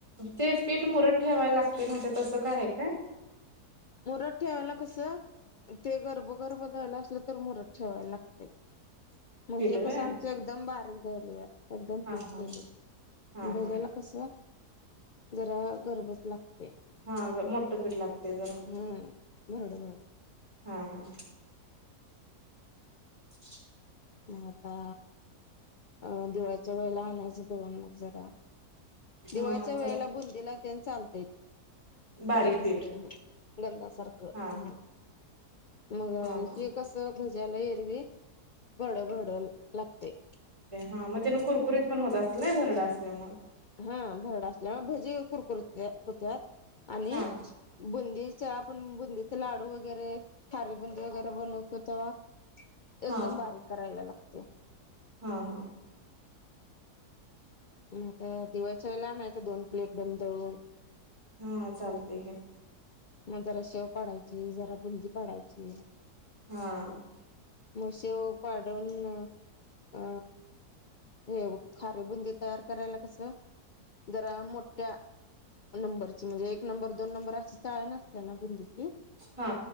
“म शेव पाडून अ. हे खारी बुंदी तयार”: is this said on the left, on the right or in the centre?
Left